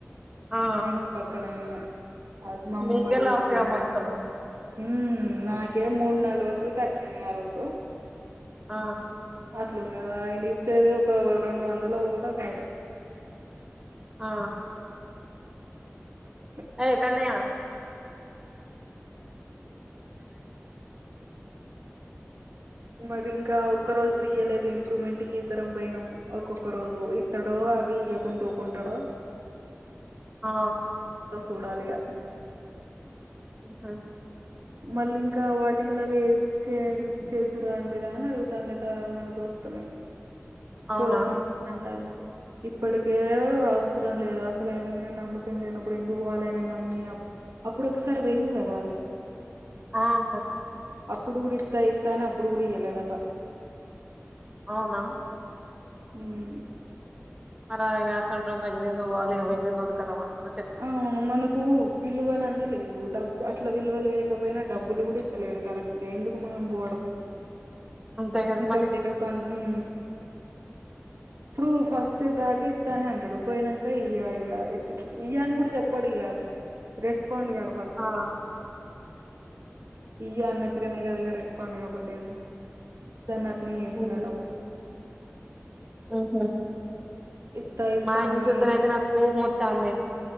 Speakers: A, on the right; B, on the right.
A: ఆ
B: మా ఇంటి పక్కనయననే అది మా అమ్మమ్మ
A: మీకే
B: అడిగోచ్చింది
A: లాస్ గా మొత్తం
B: ఉమ్ నాకే మూడు నాలుగు వందలు ఖర్చుయినాయి ఆ రోజు
A: ఆ
B: అట్లుంనాది ఆయ ఇచ్చేది ఒక రెండు వందలు కూడా కాదు
A: ఆ
B: హ
A: ఏ కన్నయా
B: మరి ఇంకా ఒక్కరోజు తీయలేదు ఇంప్రూవ్మెంట్ కి ఇద్దరం పోయినాం ఒక్కొక్క రోజు ఇత్తడో అవి ఇయకుంట ఉకుంటాడో
A: ఆ
B: చూడాలిగా
A: హా
B: మళ్ళీ ఇంకా వాటిలాగ ఏదు చే చేదురండి రా అని అడుగుతాండట మన దోస్తుని
A: అవునా
B: పోదమని అంటంది ఇప్పటికే అవసరం లేదు అసలు ఆయన మీద నమ్మకం లేనప్పుడు ఎందుకు పోవాలీ ఆయనను నమ్మి అప్పుడు ఒకసారి వెంది కదా అది
A: హ ఆ
B: అప్పుడు కూడా ఇస్తా ఇస్తా అని అప్పుడు కూడా ఇయ్వలేదట
A: అవునా
B: హుమ్
A: మరి ఇగ అసోంటోని దగ్గరికి ఎందుకు వెళ్ళాలి దొరకరా ఆమెకు
B: అవును మనకు విలువనన్నా లేదు డబ్బు అట్లా విలువ లేకపోయినా డబ్బులు కూడా ఇత్తలేడు కరెక్ట్ గా ఎందుకు మనం పోవడం
A: అంతే కదా
B: ఇంకా
A: మరి
B: వేరే పని ఉన్ ఇప్పుడు ఫస్ట్ దాకా ఇత్తనే అంటడు పోయినంక ఇయ్య ఇగ ఇతిక్ ఇయ్య అని కూడా చెప్పాడు ఇగ రెస్పాండ్ కాడు ఫస్ట్
A: ఆ
B: ఇయ్య అన్నట్టుగానే కదా ఇగ రెస్పాండ్ కాపోతే ఏం దాన్ని అటేనే చేసిండట
A: ఉమ్
B: అప్పుడు
A: ఉహు
B: ఇత్తా ఇత్తా
A: మాఆయనను
B: అని
A: చుత్తేనైతే
B: చెప్
A: నా కోపం మొత్తందే